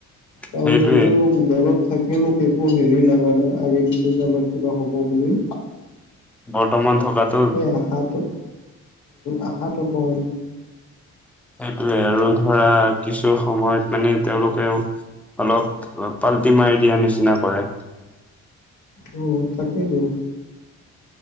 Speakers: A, on the left; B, in the centre.
A: কাৰণ
B: সেইটোৱে
A: এইটো দলত থাকি মোক একো হেৰি লগা নাই আগে পিছে যে আমাৰ কিবা হ'ব বুলি
B: বৰ্তমান থকাটো
A: সেই আশাটো আশাটো কম।
B: সেইটোৱে আৰু ধৰা কিছু সময়ত মানে তেওঁলোকেও অলপ পাল্টি মাৰি দিয়া নিচিনা কৰে।
A: অ তাকেইতো